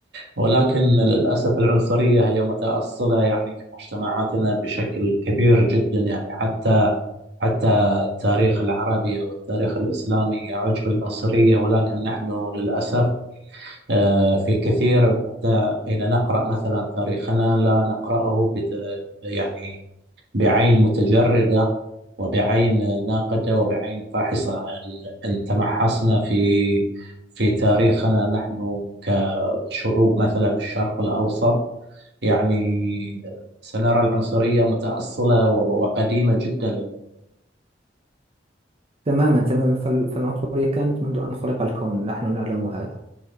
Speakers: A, on the right; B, on the right.
A: ولكن للأسف العنصرية هي متأصلة يعني في مجتمعاتنا بشكل كبير جدا يعني حتى حتى التاريخ العربي والتاريخ الإسلامي يعج بالعنصرية ولكن نحن للأسف آه، في كثير حتى حين نقرأ مثلا تاريخنا لا نقرأه بت- يعني بعين متجردة وبعين ناقدة وبعين فاحصة إن إن تمحصنا في في تاريخنا نحن كشعوب مثلا الشرق الأوسط يعني سنرى العنصرية متأصلة و- وقديمة جدا
B: تماما تماما فال- فالعنصرية كانت منذ أن خلق الكون نحن نعلم هذا